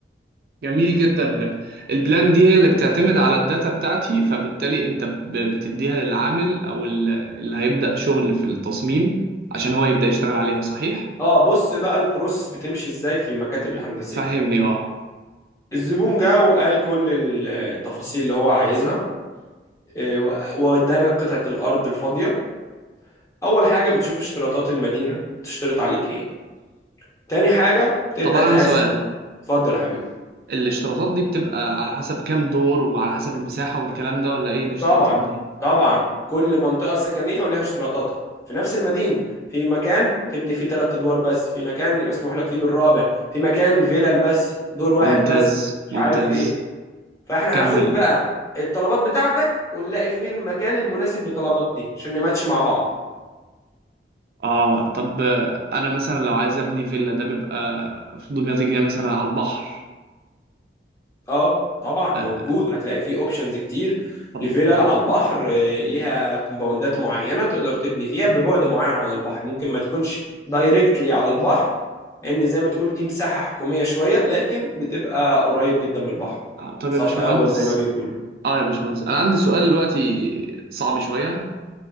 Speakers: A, on the right; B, on the left.
A: جميل جدا البلان دي هي اللي بتعتمد على الداتا بتاعتي فبالتالي انت ب- بتديها للعامل او ال- اللي هيبدا شغل في التصميم عشان هو يبدا يشتغل عليها صحيح
B: اه بص بقى البروسيس بتمشي ازاي في المكاتب الهندسيه
A: فهمني اه
B: الزبون جه وقال كل التفاصيل اللي هو عايزها آه، وادانا قطعه الارض الفاضيه اول حاجه بتشوف اشتراطات المدينه تشترط عليك ايه تاني حاجة بتبدأ
A: طب انا
B: تقسم
A: عندي سؤال
B: اتفضل يا حبيبي
A: الاشتراطات دي بتبقى على حسب كام دور وعلى حسب المساحة والكلام ده ولا ايه الاشتراطات
B: طبعا
A: ده
B: طبعا كل منطقة سكنية وليها اشتراطاتها في نفس المدينة في مكان تبني فيه ثلاث أدوار بس في مكان يسمح لك فيه بالرابع في مكان فيلل بس دور واحد
A: ممتاز
B: بس مش
A: ممتاز
B: عارف إيه فإحنا
A: كمل
B: هناخد بقى الطلبات بتاعتك ونلاقي فين المكان المناسب للطلبات دي عشان نماتش مع بعض
A: اه طب آه، انا مثلا لو عايز ابني فيلا ده بيبقى في دمياط الجديدة مثلا على البحر
B: اه طبعا موجود
A: آه،
B: هتلاقي فيه اوبشنز كتير
A: طب
B: لفيلل على البحر آه، ليها كومباوندات معينه تقدر تبني فيها ببعد معين عن البحر ممكن ما تكونش دايركتلي على البحر لان زي ما تقول دي مساحه حكوميه شويه لكن بتبقى قريب جدا من البحر
A: آه، طب
B: صف
A: يا باشمهندس
B: اول زي ما بيقولوا
A: اه يا باشمهندس انا عندي سؤال دلوقتي صعب شوية